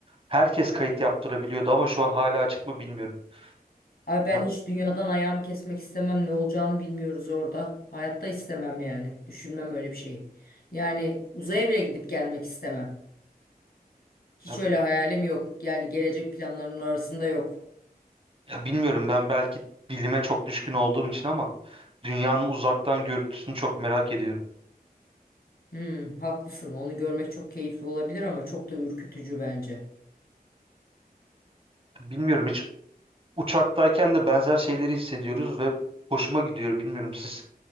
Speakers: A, on the right; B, on the left.
A: herkes kayıt yaptırabiliyordu ama şu an hala açık mı bilmiyorum.
B: Ay ben
A: Yani,
B: hiç dünyadan ayağımı kesmek istemem. Ne olacağını bilmiyoruz orada. Hayatta istemem yani. Düşünmem öyle bir şeyi. Yani uzaya bile gidip gelmek istemem. Hiç
A: ya,
B: öyle hayalim yok. Yani gelecek planlarımın arasında yok.
A: ya bilmiyorum ben belki bilime çok düşkün olduğum için ama dünyanın uzaktan görüntüsünü çok merak ediyorum.
B: Hmm, haklısın. Onu görmek çok keyifli olabilir ama çok da ürkütücü bence.
A: Bilmiyorum hiç Uçaktayken de benzer şeyleri hissediyoruz ve hoşuma gidiyor. Bilmiyorum siz